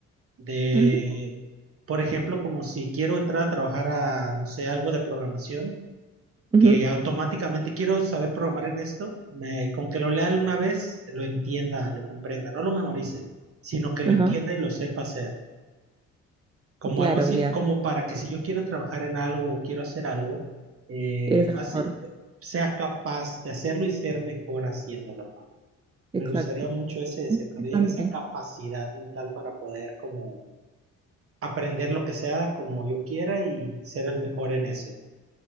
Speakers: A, on the right; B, on the right.
A: De,
B: Ah, ¿qué?
A: por ejemplo, como si quiero entrar a trabajar a, no sé, algo de programación,
B: Ujú,
A: que automáticamente quiero saber programar en esto, me- con que lo lea una vez, lo entienda, lo comprenda, no lo memorice, sino que lo
B: Ajá,
A: entienda y lo sepa hacer. como
B: claro,
A: algo así,
B: ya,
A: como para que si yo quiero trabajar en algo o quiero hacer algo, eh,
B: eres el
A: fácil-
B: mejor.
A: sea capaz de hacerlo y ser mejor haciéndolo, ¿no? Me
B: Exacto.
A: gustaría mucho ese deseo, que
B: Importante.
A: me diera esa capacidad mental para poder como aprender lo que sea como yo quiera y ser el mejor en eso.